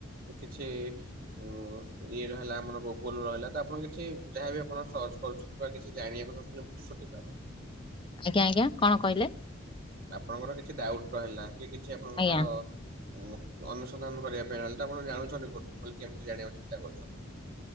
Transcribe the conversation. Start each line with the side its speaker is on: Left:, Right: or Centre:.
Right: କିଛି ଉଁ ଇଏ ରହିଲା ଆମର ଗୁଗୁଲ ରହିଲା ତ ଆପଣ କିଛି ଯାହା ବି ଆପଣ ସର୍ଚ୍ଚ କରୁଛନ୍ତି ବା କିଛି ଜାଣିବାକୁ ଚାହୁଛନ୍ତି। <inaudible>
Left: ଆଜ୍ଞା ଆଜ୍ଞା କଣ କହିଲେ?
Right: ଆପଣଙ୍କର କିଛି ଡାଉଟ୍ ରହିଲା କି କିଛି ଆପଣଙ୍କର
Left: ଆଜ୍ଞା।
Right: ଉଁ ଅନୁସନ୍ଧାନ କରିବା ପାଇଁ ଆଲେ ତ ଆପଣ ଜାଣୁଛନ୍ତି ମୁଁ କହିଲି କେମତି ଜାଣିବାକୁ ଚେଷ୍ଟା କରୁଛନ୍ତି?